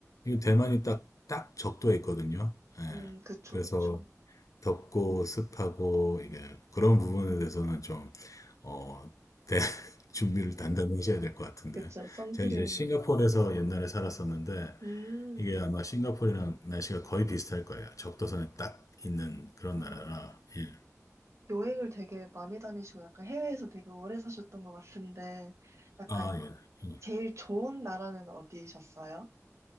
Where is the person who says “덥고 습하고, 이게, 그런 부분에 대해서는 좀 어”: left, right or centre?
Left